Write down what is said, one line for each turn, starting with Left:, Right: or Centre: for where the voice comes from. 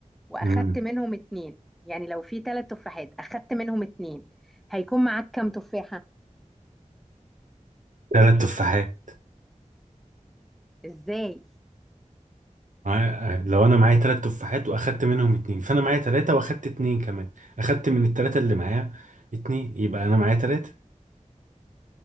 Centre: واخدت
Right: امم
Centre: منهم اتنين يعني لو في تلات تفاحات اخدت منهم اتنين هيكون معاك كام تفاحة
Right: ثلاث تفاحات
Centre: ازاي
Right: آه آه، لو انا معايا ثلاث تفاحات واخدت منهم اتنين فانا معايا ثلاثه واخدت اتنين كمان اخدت من الثلاثه اللي معايا اتنين يبقى انا معايا ثلاثه